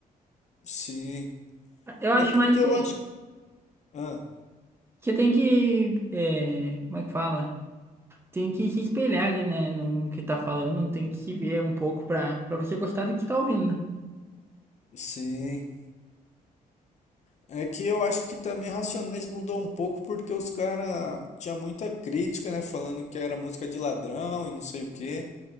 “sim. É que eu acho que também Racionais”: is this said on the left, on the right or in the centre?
Left